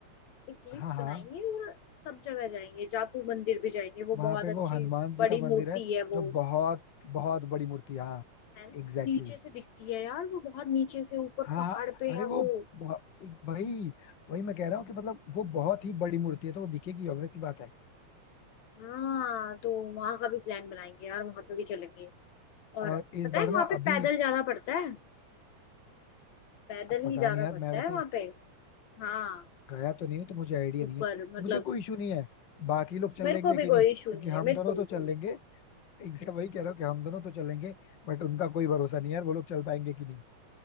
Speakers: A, on the left; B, on the left.
A: एक
B: हाँ
A: लिस्ट
B: हाँ
A: बनाएंगे और सब जगह जाएंगे जापू मंदिर भी जाएंगे वो
B: वहां
A: बहुत
B: पे
A: अच्छी
B: वो हनुमान जी
A: बड़ी
B: का मंदिर
A: मूर्ति
B: है
A: है
B: जो
A: वो
B: बहुत बहुत बड़ी मूर्ति है, हाँ
A: है ना
B: Exactly
A: नीचे
B: exactly.
A: से दिखती है यार वो बहुत नीचे से ऊपर
B: हाँ
A: पहाड़
B: हाँ
A: पे
B: अरे
A: है
B: वो
A: वो
B: बहु- वही वही मैं कह रहा हूँ कि मतलब वो बहुत ही बड़ी मूर्ति है तो वो दिखेगी obvious सी बात है
A: हाँ तो वहां का भी प्लान बनाएंगे यार वहां पे भी चलेंगे और
B: और इस
A: पता
B: बार
A: है
B: ना
A: वहां पे
B: अभी
A: पैदल जाना पड़ता है पैदल
B: अब पता
A: ही जाना
B: नहीं यार
A: पड़ता
B: मैं वैसे
A: है वहां पे हाँ
B: गया तो नहीं हूँ तो मुझे आइडिया नहीं
A: ऊपर
B: है
A: मतलब
B: मुझे कोई इशू नहीं है बाकी लोग चल
A: मेरे
B: लेंगे
A: को भी
B: कि
A: कोई
B: नहीं क्योंकि
A: इशू नहीं
B: हम
A: है मेरे
B: दोनों
A: को
B: तो
A: भी
B: चल
A: कोई
B: लेंगे एग्जैक्ट वही कह रहा हूँ कि हम दोनों तो चलेंगे बट उनका कोई भरोसा नहीं है यार वो लोग चल पाएंगे कि नहीं